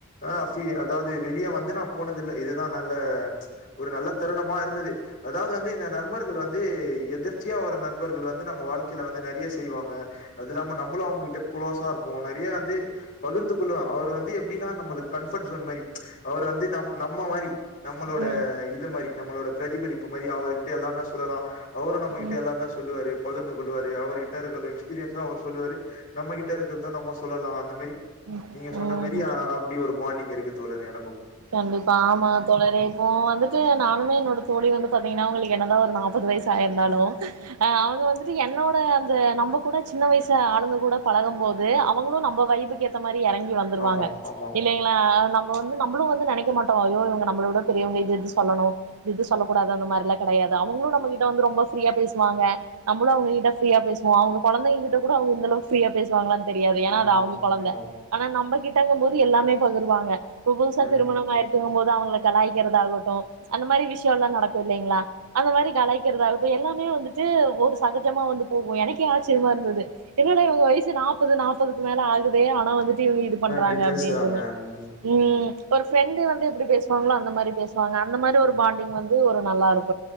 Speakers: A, on the left (about 35°); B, on the right (about 85°).
A: அ <unintelligible> அதாவ்து வெளியே வந்து நா போனதில்ல இதுதா நல்ல ச்ச் ஒரு நல்ல தருணமா இருந்தது அதாவது வந்து இந்த நண்பர்கள் வந்து து எதிர்ச்சியா வர நண்பர்கள் வந் து நம்ம வாழ்க்கைல வந்து நெறய செய்வாங்க அது இல்லாம நம்மளும் அவங்கிட்ட குளோசா இருப்போ நெறைய வந்து பகிர்ந்து கொள்ள அவரு வந்து எப்படின்னா நம்மளுக்கு கம்ஃபர்ட் ஜோன் மாரி அவரு வந்து நம் நம்ம மாரி நம்மளோட
B: ம்
A: இது மாரி நம்மளோட பிரதிபலிப்பு மாரி அவிங்கிட்ட எல்லாமே சொல்லலாம் அவரு நம்ம
B: ம்
A: கிட்ட
B: ம்
A: எல்லாமே சொல்லுவாரு பகிர்ந்து கொள்ளுவாரு அவருகிட்ட இருக்கிற எக்ஸ்பீரியன்ஸு அவரு சொல்லுவாரு நம்மகிட்ட இருக்கறதா நம்ம சொல்லலா அந்த மாரி
B: ம்
A: நீங்க சொன்ன மாரி
B: ம்
A: அ அப்டி ஒரு பாண்டிங் இருக்கு தோழரே எனக்கு
B: கண்டிப்பா ஆமா தோழரே இப்போ வந்துட்டு நானுமே என்னோட தோழி வந்து பாத்தீங்கன்னா அவங்க என்னதா ஒரு நாப்பது வயசு ஆயிருந்தாலு அ அவங்க வந்துட்டு என்ன ஒன் ப்ப அந்த நம்ம கூட சின்ன வயசு ஆளுங்க கூட பழகும் போது அவங்களும் நம்ம வைபுக்கு ஏத்த மாரி எறங்கி வந்துருவாங்க
A: ஆமா, ஆமா.
B: இல்லைங்களா நம் வந்து நம்ளும் வந் து நெனைக்க மாட்டோ ஐயோ இவங்க நம்மள விட பெரியவங்க இது இது சொல்லணும் இது இது சொல்லக்கூடாது அந்த மாரி எல்லா கெடையாது அவங்களு நம்ம கிட்ட வந்து ரொம்ப ஃப்ரீயா பேசுவாங்க நம்மளு அவங்க கிட்ட ஃப்ரீயா பேசுவோ அவங்க கொழந்தைங்க கிட்ட கூட அவங்க இந்த அளவுக்கு ஃப்ரீயா பேசுவாங்களான்னு தெரியாது ஏன்னா
A: ம்
B: அது அவங்க
A: ம்
B: கொழந்த
A: ஆமா
B: ஆனா நம்மகிட் டங்கும் போது எல்லாமே பகிருவாங்க ஒவ்வொ புதுசா
A: ம்
B: திருமணம் ஆயிருக்குங்ம் போது அவங்க ள கலாய்க்கிறதாகட்டு அந்த மாரி விஷயல்லா நடக்கு இல்லங்களா அந்த மாரி கலாய்க்கறது ஆகட்டு எல்லாமே வந்துட்டு ஒரு சகஜமா வந்து போகு எனக்கே ஆச்சரியமா இருந்துது என்னடா இவங்க வயசு நாப்பது நாப்பதுக்கு மேல ஆகுதே ஆனா வந்துட் டு இவுங்க இது
A: ஆனா
B: பண்றாங்க
A: இப்டி பேசுறாங்க
B: அப்படின்ட்னு
A: ம் ம்
B: உம் ஒரு ஃபிரெண்டு வந்து எப்டி பேசுவாங்களோ அந்த மாரி பேச வாங்க அந்த மாரி
A: ம்
B: ஒரு பாண்டிங் வந் து ஒரு நல்லா இருக்